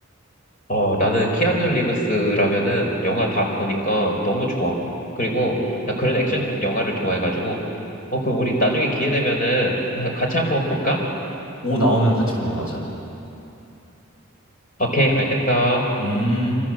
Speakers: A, on the left; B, on the left.
A: 어, 나는 키아누 리브스라면은 영화 다 보니까 너무 좋아. 그리고 난 그런 액션 영화를 좋아해가지고 어, 그 우리 나중에 기회 되면은 <laughs> 같이 한번 볼까?
B: 오 나오면 같이 보러 가자.
A: 오케이, 알겠어.
B: 음.